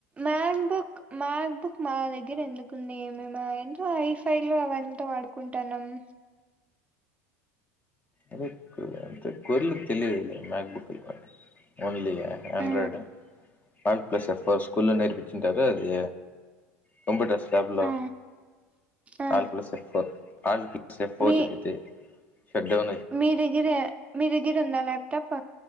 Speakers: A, on the right (about 20°); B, on the left (about 25°).
A: మ్యాక్ బుక్ మ్యాక్ బుక్ మా దగ్గర ఎందుకుంది ఏమేమా ఎందు హైఫై లో అవంతా వాడుకుంటానమ్
B: అద అంత గొర్లక్ తెలియదు మ్యాక్ బుక్ ఓన్లీ ఆండ్రయిడా
A: ఆ
B: ఆల్ట్ ప్లస్ ఎఫ్ ఫోర్ స్కూల్లో నేర్పించింటారు అది కంప్యూటర్స్ ల్యాబ్లో
A: ఆ ఆ
B: ఆల్ట్ ప్లస్ ఎఫ్ ఫోర్ <unintelligible>
A: మీ
B: షట్డౌన్
A: మీ దగ్గిరా మీ దగ్గిరా ఉందా లాప్టాప్